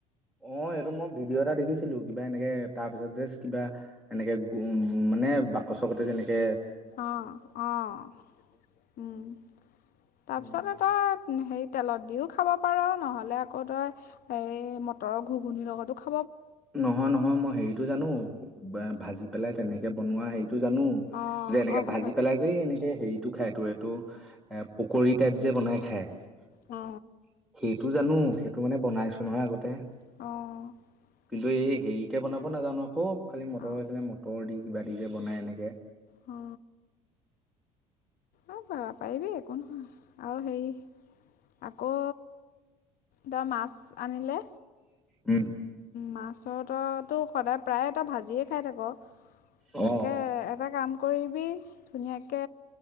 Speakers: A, in the centre; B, on the left (about 50°).
A: অ' এইটো মই ভিডিঅ' এটা দেখিছিলোঁ, কিবা এনেকে, তাৰপিছতে যে কিবা এনেকে, মানে বাকচ গতে যে এনেকে
B: অ'! অ'! উম! তাৰপিছতেই
A: উম।
B: তই হেৰি, তেলত দিও খাব পাৰ, নহলে আকৌ তই মতৰৰ ঘুগুনি লগত খা
A: নহয়, নহয় মই হেৰিটো জানোঁ। ভাজি পেলাই তেনেকে বনোৱা হেৰি এইটো জানোঁ,
B: অ
A: যে এনেকে
B: অ
A: ভাজি
B: ঘৰত
A: পেলাই যে এনেকে হেৰিতো টো খাই তোৰ এইটো, এ পকৰী টাইপ যে বনাই খায় সেইটো।
B: অ
A: সেইটো জানোঁ! সেইটো মানে বনাইছোঁ নহয় আগতে।
B: অ'হ!
A: কিন্তু এই হেৰিকে বনাব নাজানোঁ আক। খালি মটৰ
B: অ
A: আছিলে মটৰ দি কিবা দি যে বনাই এনেকে
B: অ অ পা পাৰিবি একো নহয়, আৰু সেই <unintelligible> আকৌ তই মাছ আনিলে
A: উম,
B: মাছ তইতো সদায় প্ৰায় তই ভাজিয়ে খাই থাক। তাতকে
A: অ
B: এটা কাম কৰিবি ধুনীয়াকে